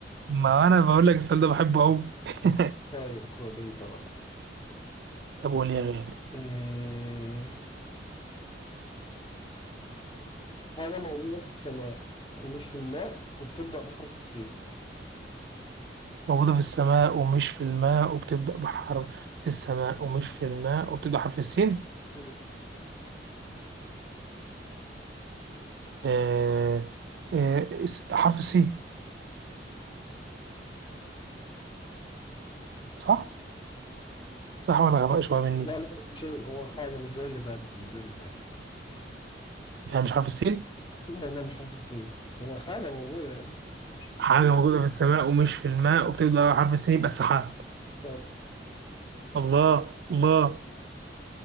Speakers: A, on the right; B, on the left.
A: ما انا بقول لك السؤال ده بحبه قوي <laughs>
B: طيب خد أنت بقى
A: طب قول يا غالي
B: إيه حاجة موجودة في السماء ومش في الماء وبتبدأ بحرف السين
A: موجوده في السماء ومش في الماء وبتبدا بحرف في السماء ومش في الماء وبتبدا حرف السين
B: مم.
A: آه... آه... اس- حرف السين صح صح ولا غباء شويه مني
B: لا لا هو شيء هو حاجة مش زي اللي فاتت مش زي اللي فاتت
A: يعني مش حرف السين
B: لا لا مش حرف السين هو حاجة موجودة يعني مش مش مش
A: حاجة موجودة في السماء ومش في الماء وبتبدأ على حرف السين يبقى السحاب
B: شاطر
A: الله الله